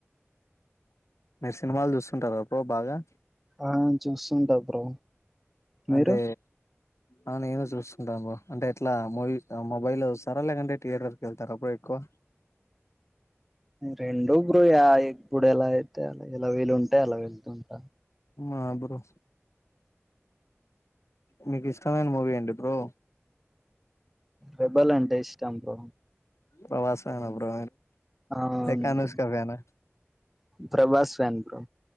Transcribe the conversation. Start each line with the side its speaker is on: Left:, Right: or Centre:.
Left: మీరు సినిమాలు చూస్తుంటార బ్రో బాగా
Centre: ఆహ్ చూస్తుంటా బ్రో మీరు
Left: అంటే ఆ నేను చూసుకుంటాను. బ్రో అంటే ఎట్లా మూవీ మొబైల్ లో చూస్తారా, లేకంటే థియేటర్కి వెళ్తార అప్పుడు ఎక్కువ
Centre: రెండు బ్రో ఇప్పుడు ఎలా అయితే అ ఎలా వీలుంటే అలా వెళ్తుంటా
Left: అ <inaudible> బ్రో మీకు ఇష్టమైన మూవీ ఏంటీ బ్రో.
Centre: రెబల్ అంటే ఇష్టం బ్రో.
Left: ప్రభాస్ అరా బ్రో.
Centre: ఆ
Left: లేక
Centre: అవును
Left: Anushka
Centre: bro
Left: fan.
Centre: Prabhas fan bro.